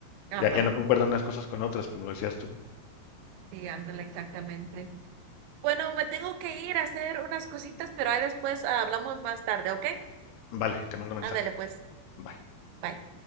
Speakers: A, on the right; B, on the left.
A: Ajá,
B: Ya, ya no concuerdan unas cosas con otras, como lo decías tú.
A: y ándale, exactamente. Bueno, me tengo que ir a hacer unas cositas, pero ahí después ah, hablamos más tarde, ¿ok?
B: Vale, te mando un
A: Ándale,
B: mensaje.
A: pues.
B: Bye.
A: bye.